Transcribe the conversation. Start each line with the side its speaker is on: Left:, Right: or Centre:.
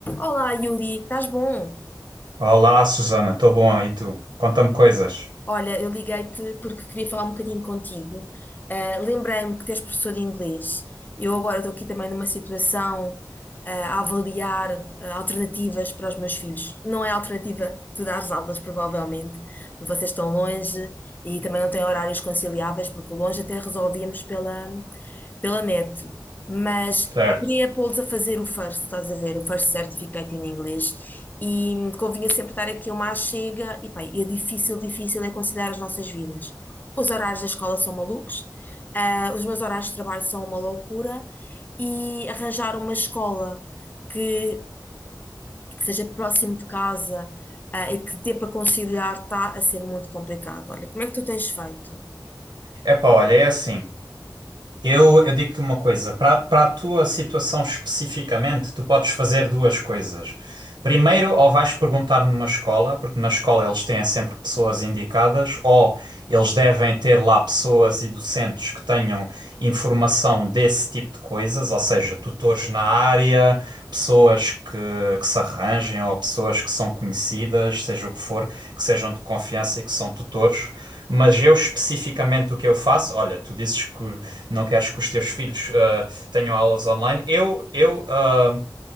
Left: Olá, Yuri, estás bom?
Right: Olá, Susana, estou bom e tu? Conta-me coisas.
Left: Olha, eu liguei-te porque queria falar um bocadinho contigo. Ah, lembrei-me que tens professor de inglês. Eu agora estou aqui também numa situação, ah, a avaliar, ah, alternativas para os meus filhos. Não é alternativa tu dares aulas, provavelmente, porque vocês estão longe e também não têm horários conciliáveis, porque o longe até resolvíamos pela, pela net, mas
Right: Certo.
Left: pá, queria pô-los a fazer o first, estás a ver, o first certificate em inglês, e hum, convinha sempre dar aqui uma chega, e pá, e é difícil, difícil é conciliar as nossas vidas. Os horários da escola são malucos, ah, os meus horários de trabalho são uma loucura, e arranjar uma escola que seja próximo de casa, ah, e que dê para conciliar está a ser muito complicado. Olha, como é que tu tens feito?
Right: Epá, olha, é assim. Eu, eu digo-te uma coisa. Para para a tua situação especificamente, tu podes fazer duas coisas. Primeiro, ou vais perguntar numa escola, porque na escola eles têm sempre pessoas indicadas, ou eles devem ter lá pessoas e docentes que tenham informação desse tipo de coisas, ou seja, tutores na área. pessoas que, que se arranjem ou pessoas que são conhecidas, seja o que for, que sejam de confiança e que são tutores. Mas eu especificamente o que eu faço, olha, tu dizes que não queres que os teus filhos ah, tenham aulas online. Eu, eu ah,